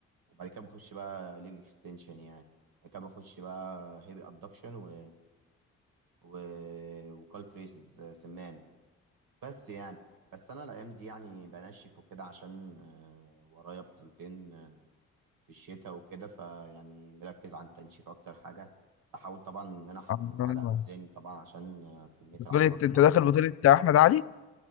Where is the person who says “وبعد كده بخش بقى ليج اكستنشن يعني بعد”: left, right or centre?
Right